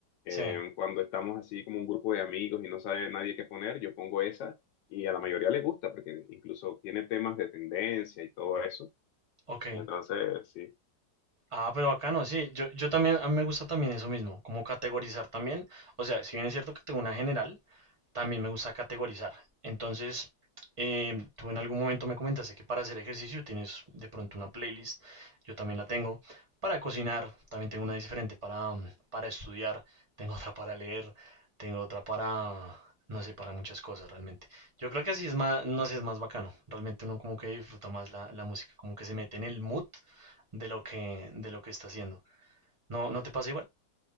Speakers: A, on the right; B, on the left.
A: sí,
B: Eh, cuando estamos así como un grupo de amigos y no sabe nadie qué poner, yo pongo esa y a la mayoría le gusta porque incluso tiene temas de tendencia y todo eso.
A: ok.
B: Entonces, sí.
A: Ah, pero bacano, sí. Yo, yo también, a mí me gusta también eso mismo, como categorizar también. O sea, si bien es cierto que tengo una general, también me gusta categorizar. Entonces, eh, tú en algún momento me comentaste que para hacer ejercicio tienes de pronto una playlist, yo también la tengo. Para cocinar, también tengo una diferente. Para, mm, para estudiar, <laughs> tengo otra para leer, tengo otra para, no sé, para muchas cosas realmente. Yo creo que así es más, no sé, es más bacano. Realmente uno como que disfruta más la, la música, como que se mete en el mood de lo que, de lo que está haciendo. ¿No, no te pasa igual?